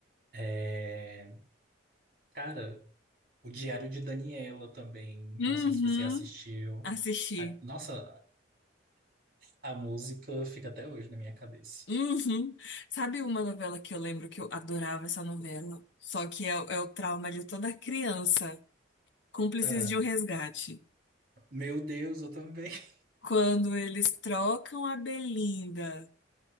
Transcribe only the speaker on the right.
É, Cara, o Diário de Daniela também.
Não sei se você assistiu.
A- Nossa, a música fica até hoje na minha cabeça.
Ah,
Meu Deus, eu também. <laughs>